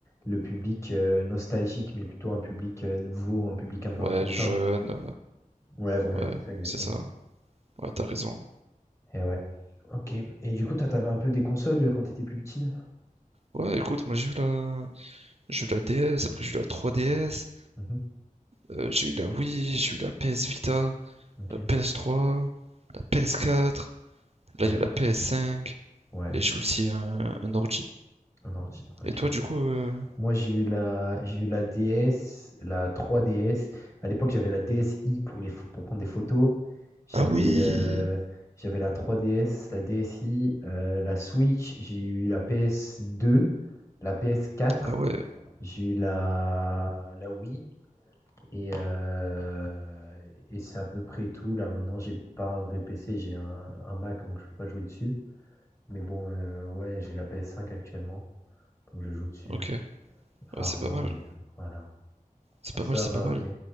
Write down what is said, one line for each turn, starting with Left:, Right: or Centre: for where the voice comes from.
Left: le public euh, nostalgique, mais plutôt un public euh, nouveau, un public un peu
Right: ouais
Left: enfantin.
Right: jeune
Left: Ouais, voilà,
Right: euh, ouais
Left: c'est ça exactement.
Right: c'est ça ouais t'as raison
Left: Et ouais. Ok. Et du coup, toi, t'avais un peu des consoles euh, quand t'étais plus petit?
Right: ouais écoute moi j'ai eu la j'ai eu la DS après j'ai eu la 3DS
Left: Mhm.
Right: euh, j'ai eu la Wii j'ai eu la PS Vita
Left: Ok.
Right: la PS3 la PS4 Là,
Left: Ouais.
Right: il y a la PS5.
Left: Ouais.
Right: Et j'ai aussi un, un ordi.
Left: Un ordi. Ok,
Right: Et toi,
Left: ok.
Right: du coup. euh,
Left: Moi, j'ai eu la, j'ai eu la DS, la 3DS. À l'époque, j'avais la DSi pour les, pho- pour prendre des photos. J'avais,
Right: Ah oui!
Left: euh, j'avais la 3DS, la DSi, euh, la Switch. J'ai eu la PS2, la PS4.
Right: Ah ouais,
Left: J'ai eu la, la Wii. Et, euh, et c'est à peu près tout. Là, maintenant, j'ai pas un vrai PC, j'ai un, un Mac, donc je peux pas jouer dessus. Mais bon, euh, ouais, j'ai la PS5 actuellement. Donc je joue dessus.
Right: ok. Ouais,
Left: Rarement,
Right: c'est pas mal.
Left: mais voilà.
Right: C'est pas
Left: Ça
Right: mal, c'est
Left: va,
Right: pas mal.
Left: ok.